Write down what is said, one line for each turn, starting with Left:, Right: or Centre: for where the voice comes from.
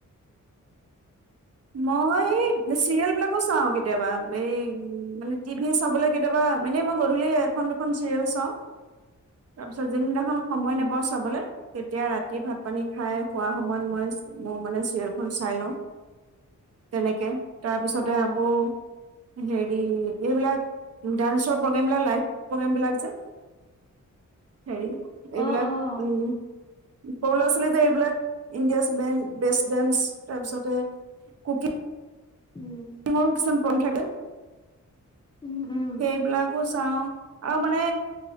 Right: মই চিৰিয়েল বিলাকো চাওঁ কেতিয়াবা, এই মানে টিভি চাবলৈ কেতিয়াবা মানে মই গধূলি এখন দুখন চিৰিয়েল চাওঁ তাৰপিছত যোনদিনাখন সময়
Left: উম,
Right: নেপাওঁ চাবলৈ তেতিয়া ৰাতি ভাত পানী খাই খোৱা সময়ত মই মোৰ মানে চিৰিয়েল খন চাই লওঁ তেনেকে তাৰপিছতে
Left: অ',
Right: আকৌ হেৰি এইবিলাক ডান্সৰ প্ৰগ্ৰেমবলাক লাইভ প্ৰগ্ৰেম বিলাক যে হেৰি এইবিলাক
Left: অ', অ',
Right: উম, সৰু ল'ৰা ছোৱালী যে এইবিলাক, ইণ্ডিয়াচ বেষ্ট ডেঞ্চ তাৰপিছতে কুকি
Left: উম,
Right: <unintelligible> কিছুমান পইণ থাকে
Left: উম, উম,
Right: এইবিলাকো চাওঁ আৰু মানে